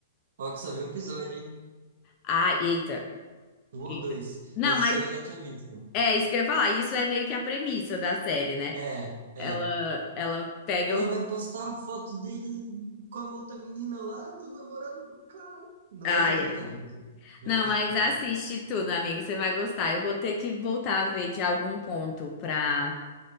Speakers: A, on the right; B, on the left.
A: Ó, que só vi um episódio, hein?
B: Ah, eita,
A: Um ou
B: eita.
A: dois.
B: Não,
A: Mas
B: mas
A: isso aí eu já tinha visto.
B: é isso que eu ia falar. Isso é meio que a premissa da série, né?
A: É, é.
B: Ela, ela pega
A: Ela vai postar a foto dele com a outra menina lá, do namorado do cara. Não
B: Ah
A: gosto daquele
B: é.
A: cara. inclusive. Não
B: Não,
A: gosto
B: mas
A: daquele
B: assiste
A: cara.
B: tudo, amigo. Você vai gostar. Eu vou ter que voltar a ver de algum ponto pra,